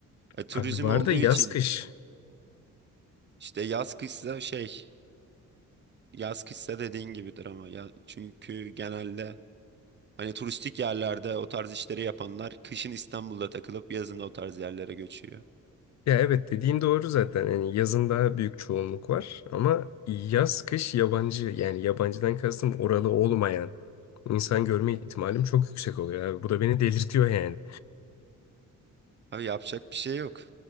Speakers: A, on the right; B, on the left.
A: E, turizm
B: Abi var
A: olduğu
B: da yaz
A: için
B: kış.
A: işte yaz kışsa şey, yaz kışsa dediğin gibidir ama ya çünkü genelde hani turistik yerlerde o tarz işleri yapanlar kışın İstanbul'da takılıp yazın o tarz yerlere göçüyor.
B: Ya evet dediğin doğru zaten. Yani yazın daha büyük çoğunluk var ama yaz kış yabancı yani yabancıdan kastım oralı olmayan insan görme ihtimalim çok yüksek oluyor abi. Bu da beni delirtiyor yani.
A: Abi yapacak bir şey yok.